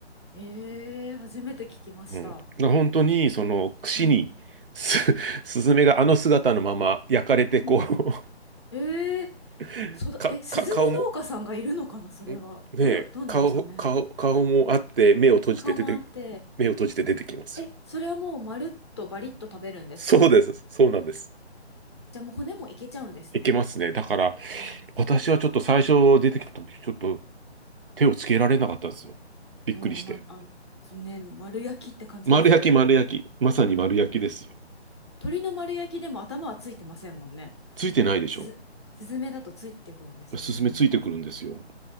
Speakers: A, on the left; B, on the right.
A: ええ初めて聞きました。
B: うん。だから本当に、その、串に、
A: うん。
B: す、<laughs> スズメがあの姿のまま焼かれて、こう、
A: うん。ええ
B: <laughs>
A: そだ、
B: か、
A: え、スズメ農家さんがいるのかなそれは。
B: か、顔も、んねえ、
A: どう、どうなんでしょうね。
B: 顔、顔、顔もあって、目を閉じて出て、
A: かまって。
B: 目を閉じて出てきますよ。
A: え、それはもうまるっとバリッと食べるんですか
B: そうです。そうなんです。
A: じゃあもう骨もいけちゃうんですね。
B: いけますね。だから、
A: あー
B: 私はちょっと最初出てきた時、ちょっと手をつけられなかったんですよ。びっくりして。
A: うん、ま、あ、そうね、丸焼きって感じですよね。
B: 丸焼き、丸焼き。まさに丸焼きですよ。
A: うーん。鳥の丸焼きでも頭はついてませんもんね。
B: ついてないでしょ。
A: すず、スズメだとついてくるんですね。
B: スズメついてくるんですよ。